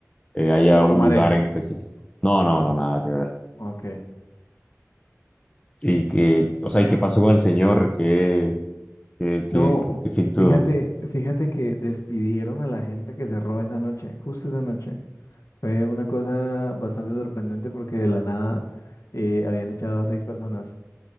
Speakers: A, on the left (about 20°); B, on the left (about 70°).
A: eh, haya
B: Tú no
A: un
B: lo manejas.
A: lugar en específico. No, no, no, nada que ver.
B: Ok.
A: Y que, o sea, ¿y qué pasó con el señor? ¿Qué, qué, qué,
B: No,
A: qué, qué fin tuvo?
B: fíjate, fíjate que despidieron a la gente que cerró esa noche, justo esa noche. Fue una cosa bastante sorprendente porque de la nada eh, habían echado a seis personas